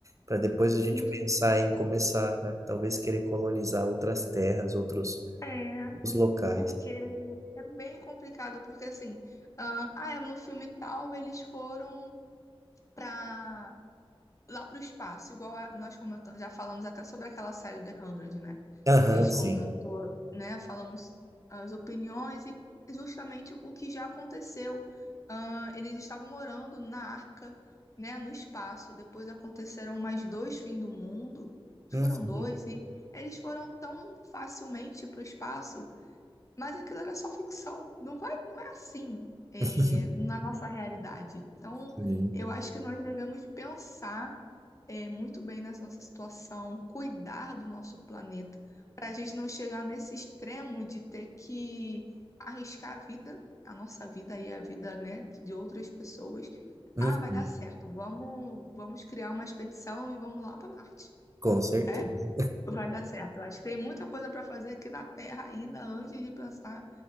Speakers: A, on the right (about 30°); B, on the left (about 30°).
A: Para depois a gente
B: Isso.
A: pensar em começar a talvez querer colonizar outras terras, outros,
B: É,
A: outros locais.
B: porque é bem complicado, porque assim, ah, ah, é, no filme tal eles foram para lá para o espaço, igual a- nós comentamos, já falamos até sobre aquela série The 100, né?
A: Aham,
B: A gente
A: sim.
B: comentou, né? Falamos ah, as opiniões e justamente o que já aconteceu. Ah, eles estavam morando na arca, né? No espaço. Depois aconteceram mais dois fins do mundo.
A: Uhum,
B: Foram dois e eles foram tão facilmente para o espaço mas aquilo era só ficção. Não vai, não é assim, é,
A: <laughs>
B: na nossa realidade. Então,
A: sim.
B: eu acho que nós devemos pensar, é, muito bem nessa nossa situação, cuidar do nosso planeta, para a gente não chegar nesse extremo de ter que arriscar a vida, a nossa vida e a vida, né, de outras pessoas.
A: Uhum,
B: Ah, vai dar certo. Vamos, vamos criar uma expedição e vamos lá para Marte,
A: com certeza.
B: né? Vai dar certo. Eu Acho que tem muita coisa para fazer aqui na Terra ainda antes de pensar